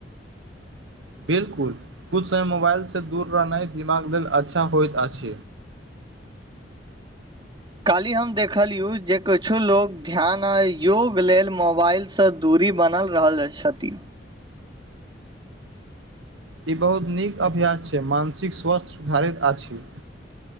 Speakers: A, on the right; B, on the right.
A: बिल्कुल कुछ समय मोबाइलसँ दूर रहनाइ दिमाग लेल अच्छा होइत अछ
B: काली हम देखलियु जे कुछो लोग ध्यान आ योग लेल मोबाइ सँ दूरी बनल रहल छथि
A: ई बहुत नीक अभ्यास छै मानसिक स्वास्थ्य सुधारित अछ